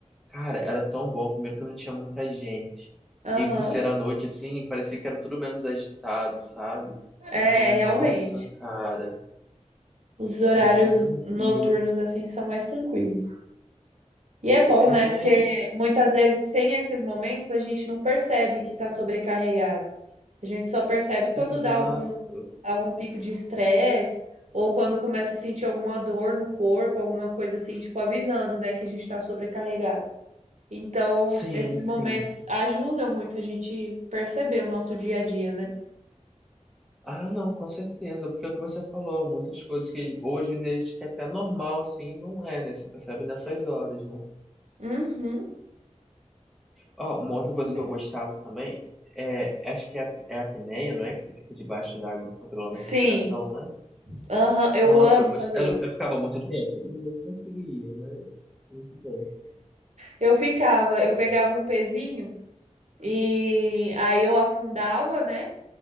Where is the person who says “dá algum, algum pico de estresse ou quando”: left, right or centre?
Right